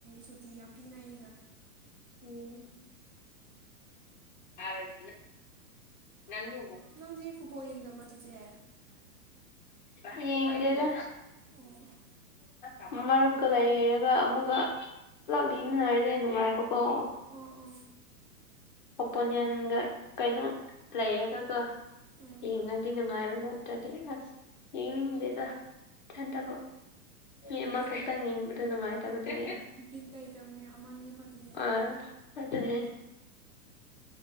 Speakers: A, on the right; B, on the left.
A: ꯁꯨꯇꯤ ꯌꯥꯝ ꯄꯤꯅꯩ ꯑꯩꯅ
B: ꯎꯝ ꯑꯪ ꯅꯪ
A: ꯅꯪꯗꯤ ꯐꯨꯠꯕꯣꯜ ꯌꯦꯡꯗꯕ꯭ꯔꯣ ꯆꯤꯆꯦ
B: ꯅꯤ ꯌꯦꯦꯗ
A: ꯑꯣ
B: ꯑꯗꯨꯝ ꯃꯔꯨꯞꯀ ꯂꯩꯔꯒ ꯑꯃꯨꯛꯀ ꯄꯨꯂꯞ ꯌꯦꯡꯃꯤꯟꯅꯔꯅꯦꯦ ꯅꯨꯡꯉꯥꯏꯕꯀꯣ
A: ꯑꯣ ꯑꯣ
B: ꯑꯣꯄꯣꯅꯤꯟꯒ ꯀꯩꯅꯣ ꯂꯩꯔꯒꯒ
A: ꯎꯝ
B: ꯌꯦꯡꯉꯗꯤ ꯅꯨꯡꯉꯥꯏꯕ ꯅꯠꯇ꯭ꯔꯗꯤ ꯑꯁ ꯌꯦꯡꯅꯤꯡꯗꯦꯕ ꯏꯊꯟꯗꯕ ꯏꯃ
A: ꯍꯣꯏ
B: ꯈꯛꯇꯪ ꯌꯦꯡꯕꯗꯣ ꯅꯨꯡꯉꯥꯏꯇꯕ ꯑꯗꯨꯅꯦ
A: ꯕꯤꯠ ꯂꯩꯇꯕꯅꯦ ꯑꯃꯅꯤ ꯈꯣꯠꯇꯗꯤ
B: ꯑ ꯑꯗꯨꯅꯦ